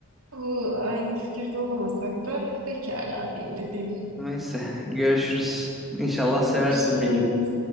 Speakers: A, on the right (about 70°); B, in the centre.
A: bu aynı fikirde olamasak da pekala diyeyim ne diyeyim.
B: neyse. Görüşürüz. İnşallah seversin
A: Görüşürüz.
B: bir gün.